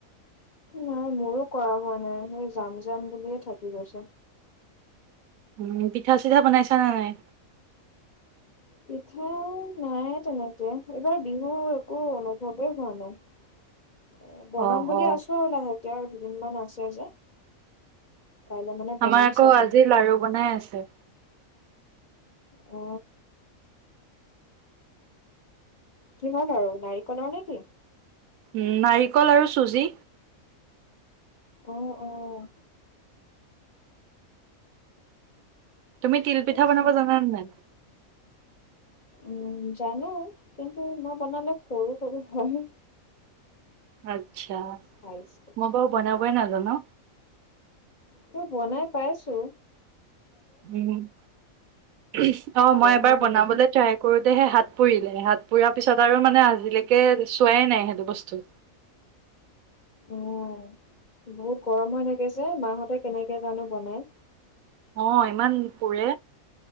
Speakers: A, on the left (about 40°); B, on the right (about 80°).
A: নাই মোৰো কৰা হোৱা নাই সেই যাম যাম বুলিয়ে থাকি গৈছে
B: উম পিঠা চিঠা বনাইছা নে নাই
A: পিঠা নাই তেনেকে এইবাৰ বিহুৰ একো অনুভৱে হোৱা নাই এ বনাম
B: অ
A: বুলি
B: অ
A: আছোঁ আৰু লাহেকে আ দুদিনমান আছে যে কাইলৈ মানে বনাম
B: আমাৰ আকৌ
A: চাগে
B: আজি লাৰু বনাই আছে
A: অ কিহৰ লাৰু নাৰিকলৰ নেকি
B: উম নাৰিকল আৰু চুজি
A: আহ আহ
B: তুমি
A: ঠিকে
B: তিল পিঠা
A: আছে
B: বনাব জানানে নাই
A: উম জানো কিন্তু মই বনালে সৰু সৰু হয়
B: আ আচ্ছা
A: চাইজটো
B: হ'ব বনাৱক বৈ নাজানো
A: মই বনাই পাইছোঁ
B: উম উমহ অ
A: গৰম
B: মই এবাৰ
A: হৈ থাকে
B: বনাবলে
A: যে
B: ট্ৰাই কৰো তেহে হাত পুৰিলে হাত পুৰা পিছত আৰু মানে আজিলেকে চোৱাই নাই সেইটো বস্তু
A: অ বহুত গৰম হৈ থাকে যে মাহঁতে কেনেকে জানো বনাই
B: অ ইমান পুৰে